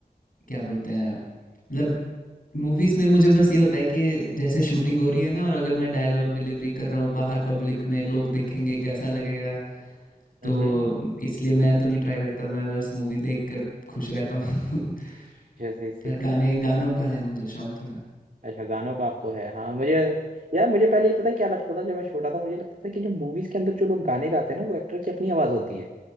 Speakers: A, on the left; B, on the right.
A: क्या बोलते हैं मतलब मूवीज़ में मुझे बस ये होता है कि जैसे शूटिंग हो रही है ना और अगर मैं डायलॉग डिलीवरी कर रहा हूँ बाहर पब्लिक में लोग देखेंगे कैसा लगेगा तो
B: हम्म
A: इसलिए मैं तो नहीं ट्राई करता मैं बस मूवी देख कर खुश रहता हूँ <laughs>
B: जैसे इसे
A: पर गाने गानों का है मुझे शौक थोड़ा
B: अच्छा गानों का आपको है हाँ मुझे यार मुझे पहले ये पता है क्या लगता था जब मैं छोटा था मुझे लगता था कि जो मूवीज के अंदर जो लोग गाने गाते हैं ना वो एक्टर की अपनी आवाज होती है